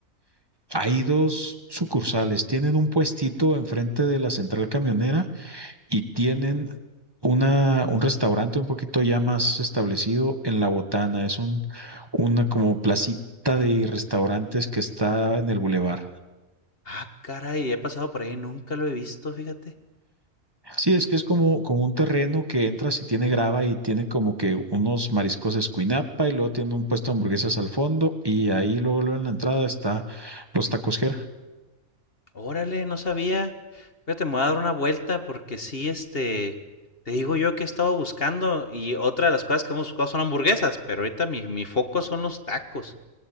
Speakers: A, on the right; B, on the left.
A: Hay dos sucursales, tienen un puestito enfrente de la central camionera y tienen una, un restaurante un poquito ya más establecido en La Botana. Es un, una como placita de restaurantes que está en el bulevar.
B: Ah, caray, he pasado por ahí, nunca lo he visto, fíjate.
A: Sí, es que es como, como un terreno que entras y tiene grava y tiene como que unos mariscos de escuinapa y luego tiene un puesto de hamburguesas al fondo y ahí luego, luego en la entrada está los tacos Jera.
B: Órale, no sabía. Fíjate, me voy a dar una vuelta porque sí, este, te digo yo que he estado buscando y otra de las cosas que hemos buscado son hamburguesas, pero ahorita mi, mi foco son los tacos.